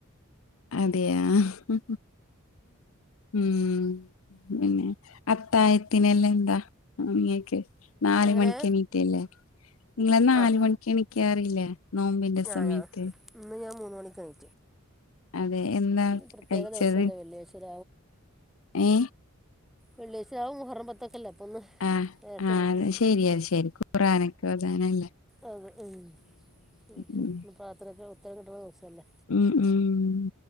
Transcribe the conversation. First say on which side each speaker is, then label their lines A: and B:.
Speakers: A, on the left; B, in the centre.
A: അതെയാ ഉം ഉം പിന്നെ അത്തായത്തിനെല്ലാം എന്താ ഇങ്ങക്ക് നാല്
B: എങ്ങനെ
A: മണിക്ക് എണീറ്റില്ലേ? നിങ്ങളെ നാല്
B: ആഹ്
A: മണിക്ക് എണിക്കാറല്ലേ? നോമ്പിന്റെ സമയത്ത്
B: ആഹ് ആഹ് ഇന്ന് ഞാൻ മൂന്ന് മണിക്കായി
A: അതെ. എന്താ
B: പ്രത്യേക
A: കഴിച്ചത്
B: ദിവസല്ലേ വെള്ളിയാഴ്ച
A: ഏ...
B: വെള്ള്യഴ്ച രാവും മുഹറം പത്തൊക്കെല്ലേ അപ്പം ഒന്ന്
A: ആഹ്
B: നേരത്തെ
A: ആ
B: എണീറ്റ്ന്ന്
A: അത് ശരിയാ ശെരി ഖുറാനൊക്കെ ഒതാനല്ലേ
B: അതെ ഉം ഇന്ന്പ്പൊ
A: ഉം
B: ഇന്ന് പ്രാർത്ഥനക്ക് ഉത്തരകിട്ടണ ദിവസല്ലേ
A: ഉം ഉം